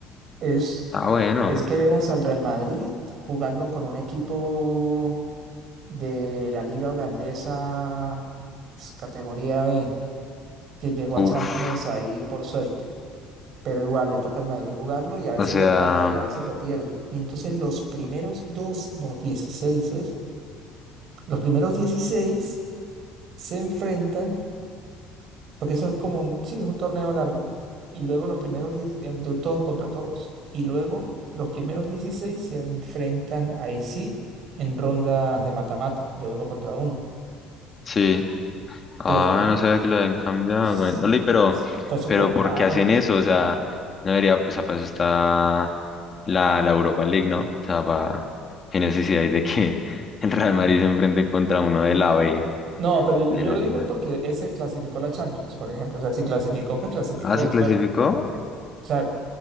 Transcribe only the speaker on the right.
Es
es que vemos al Real Madrid jugando con un equipo de la liga holandesa, pues, categoría B, que llegó
a Champions ahí por suerte. Pero igual le toca al Madrid jugarlo y a veces
lo empata y a veces lo pierde. Y entonces los primeros dos, no, 16 ¿es? Los primeros 16 se enfrentan, porque eso es como un, sí, es un torneo largo. Y luego los primeros 10, eh, de todos contra todos. Y luego los primeros 16 se enfrentan ahí sí, en rondas de mata-mata, de uno contra uno.
Pero
Sí,
es- fue súper
raro.
No, pero yo
lo
digo es porque ese clasificó la Champions, por ejemplo. O sea, si clasificó, pues clasificó.
Suerte.
O sea,